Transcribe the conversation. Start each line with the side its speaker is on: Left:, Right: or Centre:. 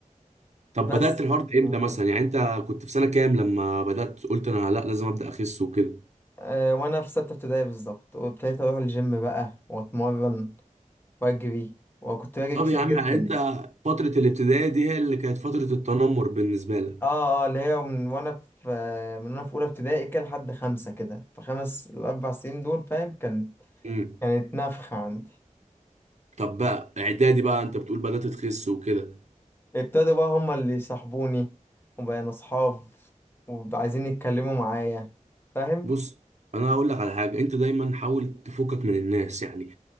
Right: طب
Left: بس
Right: بدأت الحوار ده امتى
Left: آه.
Right: مثلا يعني انت كنت في سنة كام لما بدأت قلت انا لا لازم أبدأ اخس وكده
Left: آه، وانا في ستة ابتدائي بالظبط وابتديت اروح الجيم بقى واتمرن واجري وكنت باجري
Right: طب
Left: كتير
Right: يا عم
Left: جدا
Right: يعني انت فترة الابتدائي دي هي اللي كانت فترة التنمر بالنسبة لك
Left: اه اه اللي هي من وانا في آه، من وانا في اولى ابتدائي كده لحد خمسة كده في خمس الاربع سنين دول فاهم كان
Right: امم.
Left: كانت نفخة عندي
Right: طب بقى اعدادي بقى انت بتقول بدأت تخس وكده
Left: ابتدوا بقى هما اللي يصاحبوني وبقينا اصحاب وعايزين يتكلموا معايا فاهم
Right: بص انا هقول لك على حاجه انت دايما حاول تفكك من الناس يعني